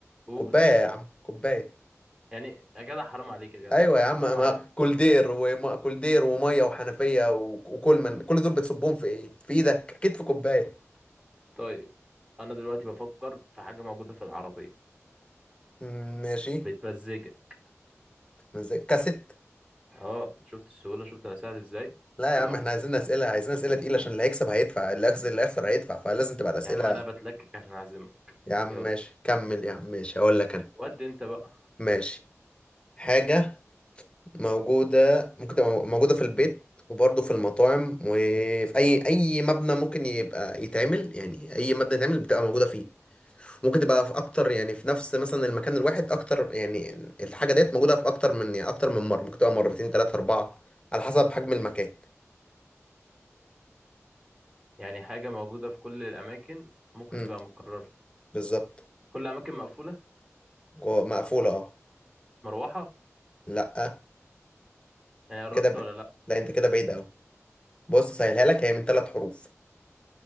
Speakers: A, on the right; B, on the left.
A: قول
B: كوباية يا عم كوباية
A: يعني يا جدع حرام عليك يا جدع
B: ايوه يا عم
A: حرام
B: ما
A: عليك
B: كولدير وما كولدير وميه وحنفية و- وكولمان كل دول بتصبهم في ايه في ايدك اكيد في كوباية
A: طيب انا دلوقتي بفكر في حاجة موجودة في العربية
B: مم، ماشي
A: بتمزجك
B: مزاج كاسيت
A: اه شفت السهولة شفت انا سهل ازاي
B: لا
A: كده
B: يا عم
A: واحد
B: احنا عايزين
A: صفر
B: اسئله
A: انت.
B: عايزين اسئله تقيله عشان اللي هيكسب هيدفع اللي هيخسر اللي هيخسر هيدفع فلازم تبقى الاسئله
A: يا عم انا بتلكك عشان اعزمك
B: يا عم
A: يلا
B: ماشي كمل يا عم ماشي هقول لك انا
A: ودي انت بقى
B: ماشي حاجه موجوده ممكن تبقى موجوده في البيت وبرضه في المطاعم وفي اي اي مبنى ممكن يبقى يتعمل يعني اي مبنى يتعمل بتبقى موجوده فيه ممكن تبقى في اكتر يعني في نفس مثلا المكان الواحد اكتر يعني الحاجه ديت موجوده في اكتر من يعني اكتر من مره ممكن تبقى مرتين ثلاثه اربعه على حسب حجم المكان
A: يعني حاجة موجودة في كل الأماكن ممكن
B: امم
A: تبقى متكررة
B: بالظبط
A: كل أماكن مقفولة
B: كو- مقفولة اه
A: مروحة
B: لا
A: يعني قربت
B: كده ب...
A: ولا لأ
B: لا انت كده بعيد اوي بص سهلها لك هي من ثلاث حروف